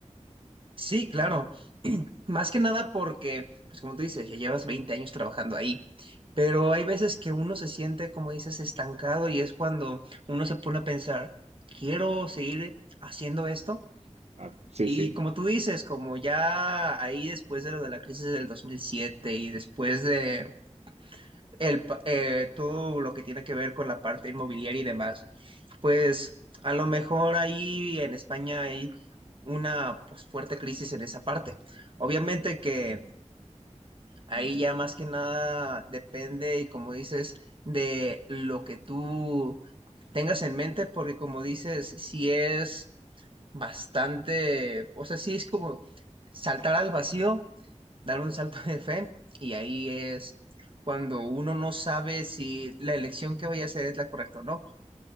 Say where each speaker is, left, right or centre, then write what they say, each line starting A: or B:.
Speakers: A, on the right (about 45°); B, on the right (about 60°).
A: Sí, claro. <clears throat> Más que nada porque, pues como tú dices, ya llevas 20 años trabajando ahí, pero hay veces que uno se siente, como dices, estancado y es cuando uno se pone a pensar, ¿quiero seguir haciendo esto?
B: Ah, sí,
A: Y
B: sí,
A: como tú dices, como ya ahí después de lo de la crisis del 2007 y después de el, pa- eh, todo lo que tiene que ver con la parte inmobiliaria y demás, pues a lo mejor ahí en España hay una pues, fuerte crisis en esa parte. Obviamente que ahí ya más que nada depende, y como dices, de lo que tú tengas en mente, porque como dices, si es bastante, o sea, sí es como saltar al vacío, dar un salto de fe, y ahí es cuando uno no sabe si la elección que voy a hacer es la correcta o no.